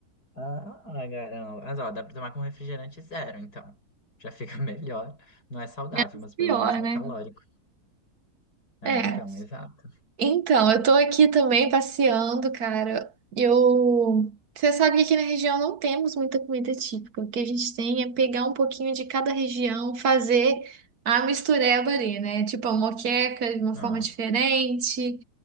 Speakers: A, on the left; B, on the right.
A: Ah, caramba. Mas ó, dá pra tomar com refrigerante zero, então. Já fica <laughs> melhor. Não é saudável,
B: <laughs>
A: mas pelo
B: Pior,
A: menos não
B: né?
A: é calórico. É,
B: É.
A: então, exato.
B: Então, eu tô aqui também passeando, cara. Eu. Você sabe que aqui na região não temos muita comida típica. O que a gente tem é pegar um pouquinho de cada região, fazer a mistureba ali, né? Tipo a moqueca de uma
A: Ah,
B: forma diferente.